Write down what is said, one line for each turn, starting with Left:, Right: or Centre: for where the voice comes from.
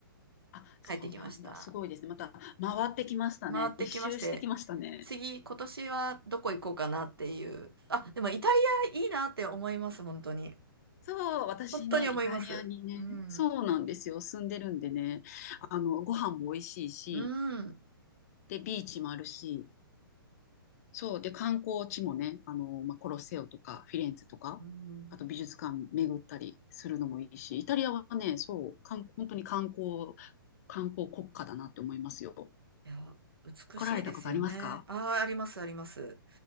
Left: あ、
Right: 帰ってきました。
Left: そうなんだ。すごいですね。また回ってきましたね。
Right: 回ってきまして、
Left: 一周してきましたね。
Right: 次、今年はどこ行こうかなっていう。あ、でもイタリアいいなって思います、本当に。
Left: そう、私ね、
Right: 本当に思います。
Left: イタリアにね、
Right: うん。
Left: そうなんですよ、住んでるんでね、あの、ご飯も美味しいし、
Right: うん。
Left: で、ビーチもあるし、そう、で、観光地もね、あの、まあ、コロッセオとか、フィレンツェとか、
Right: うん。
Left: あと美術館巡ったりするのもいいし、イタリアはね、そう、観本当に観光、観光国家だなって思いますよ。
Right: いや、美しいですよね。
Left: 来られたことありますか
Right: ああ、あります、あります。